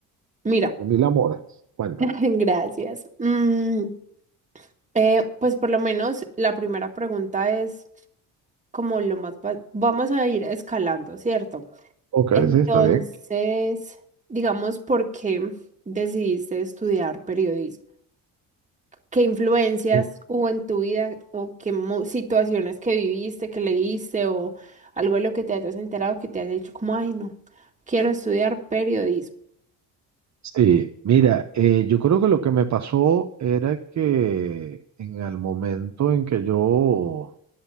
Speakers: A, on the right; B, on the right.
A: Mira,
B: Por mil amores, cuéntame.
A: <laughs> gracias. Mm, eh, pues por lo menos la primera pregunta es... como lo más... ba- Vamos a ir escalando, ¿cierto?
B: Ok,
A: Entonces,
B: sí, está bien.
A: digamos, ¿por qué decidiste estudiar periodismo? ¿Qué influencias
B: Sí.
A: hubo en tu vida o qué mo- situaciones que viviste, que leíste o algo de lo que te hayas enterado que te haya dicho como, ay, no, quiero estudiar periodismo?
B: Sí, mira, eh, yo creo que lo que me pasó era que en el momento en que yo,